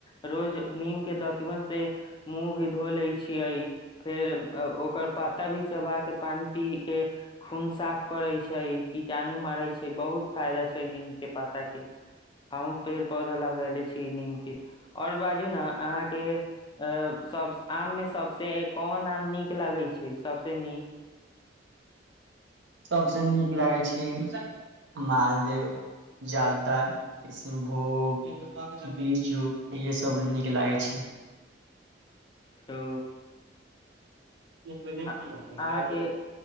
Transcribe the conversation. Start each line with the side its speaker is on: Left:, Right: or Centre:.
Left: रोज नीम के दतबन से मुँह भी धो ले छियै फेर ओकर पाता भी चबा के पानि पी के खून साफ करै छै कीटाणु मारै छै बहुत फायदा छै नीम के पाता के हमहु पेड़ पौधा लगेले छीयै नीम के ओर बाजू ना अहाँके अ सब आम मे सबसे कोन आम नीक लगै छै सबसे नीक
Right: सबसे नीक लागै छै मालदेव जालदा किशनभोग बीजू इहसभ नीक लागैत छी
Left: ओ
Right: पहि आ
Left: अ- अहाँके
Right: तऽ